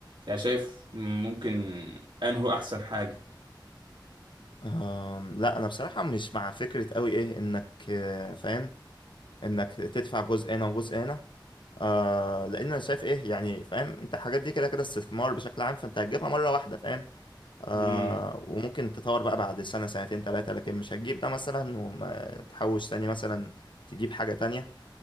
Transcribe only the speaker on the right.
يعني شايف ممكن انه احسن حاجة
امم